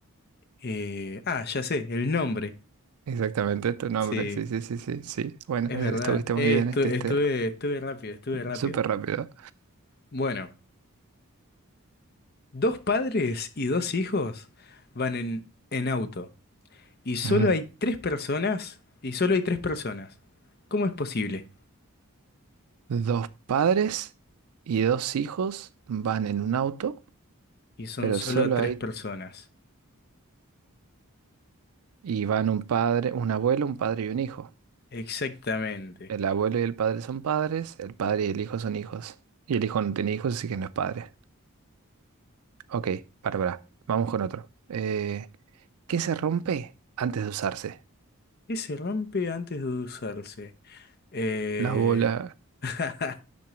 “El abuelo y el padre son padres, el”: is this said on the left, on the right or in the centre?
Right